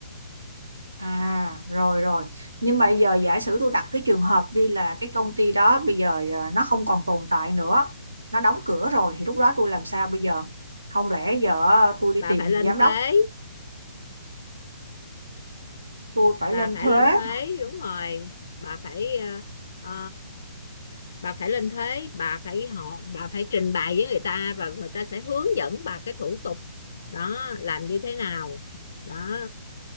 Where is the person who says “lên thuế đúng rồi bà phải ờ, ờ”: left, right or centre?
Left